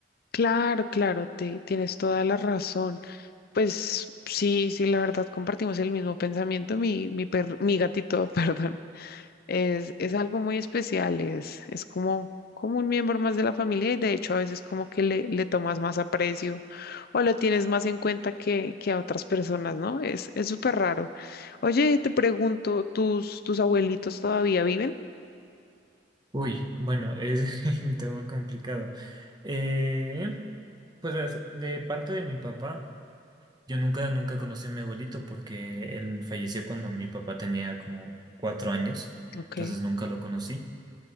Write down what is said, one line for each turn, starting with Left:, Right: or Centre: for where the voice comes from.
Left: Claro, claro, te, tienes toda la razón. Pues sí, sí, la verdad compartimos el mismo pensamiento. Mi, mi per- mi gatito, <laughs> perdón, Es, es algo muy especial, es, es como, como un miembro más de la familia y de hecho a veces como que le, le tomas más aprecio o lo tienes más en cuenta que, que a otras personas, ¿no? Es, es súper raro. Oye, te pregunto, ¿tus, tus abuelitos todavía viven?
Right: Uy, bueno, es <laughs> un tema complicado. Eh, pues verás, de parte de mi papá, yo nunca, nunca conocí a mi abuelito porque él falleció cuando mi papá tenía como cuatro años,
Left: Ok.
Right: entonces nunca lo conocí.